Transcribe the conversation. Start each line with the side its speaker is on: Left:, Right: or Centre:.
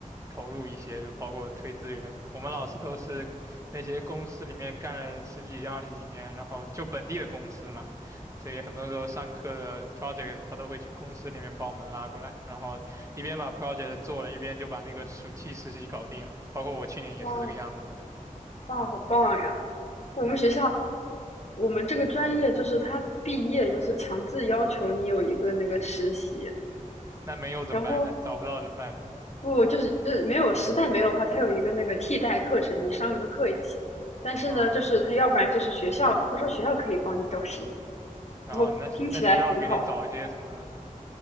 Right: 投入一些，就包括推资源什么。我们老师都是那些公司里面干了十几二十几年，然后就本地的公司嘛。所以很多时候上课的 project 他都会去公司里面帮我们拉过来，然后一边把 project 做了，一边就把那个暑期实习搞定了。包括我去年也是这个样子。
Left: 哇哇，好棒呀！我们学校，
Right: 嗯，
Left: 我们这个专业就是他毕业就是强制要求你有一个那个实习，
Right: 那没有怎么办呢？
Left: 然后
Right: 找不到怎么办呢？
Left: 不就是就是没有实在没有的话，他有一个那个替代课程，你上一个课也行。但是呢，
Right: 啊，
Left: 就是他要不然就是学校，他说学校可以帮你找实习，
Right: 然后那那学校给你找一些什么呢？
Left: 然后听起来很好，